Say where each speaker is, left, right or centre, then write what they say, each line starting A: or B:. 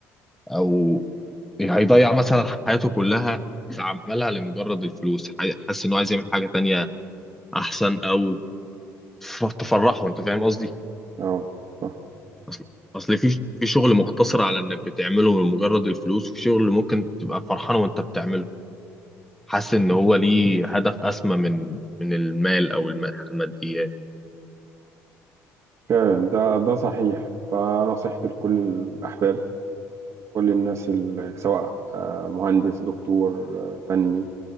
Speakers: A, in the centre; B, on the right.
A: او هيضيع مثلا حياته كلها في عملها لمجرد الفلوس حي- حاسس انه عايز يعمل حاجه تانية احسن او ف- تفرحه انت فاهم قصدي
B: اه صح
A: اصل اصل في في شغل مقتصر على انك بتعمله لمجرد الفلوس في شغل ممكن تبقى فرحان وانت بتعمله حاسس ان هو ليه هدف اسمى من من المال او الم- الماديات
B: فعلا ده ده صحيح فنصيحتي لكل الاحباب كل الناس ال- سواء آه، مهندس دكتور آه، فني